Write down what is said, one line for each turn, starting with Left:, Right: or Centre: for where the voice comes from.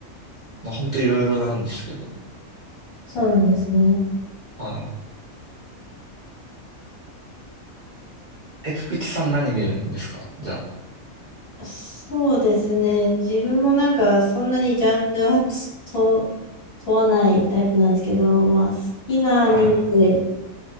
Right: まあ、ほんといろいろなんですけど、
Left: そうなんですね。
Right: はい。え、くくちさん何見るんですかじゃ
Left: あそうですね。自分もなんかそんなにジャンルはつと問わないタイプなんですけど、まあ好きなアニメで
Right: あ。はい。